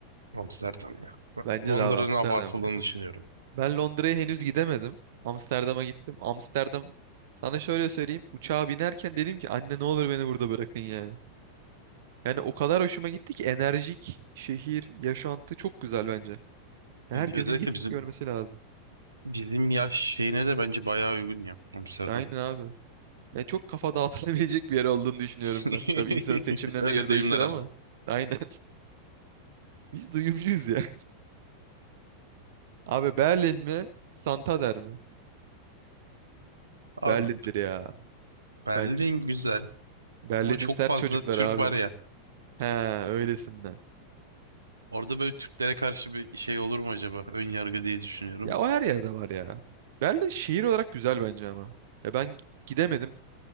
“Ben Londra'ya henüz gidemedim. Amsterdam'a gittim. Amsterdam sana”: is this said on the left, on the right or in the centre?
Right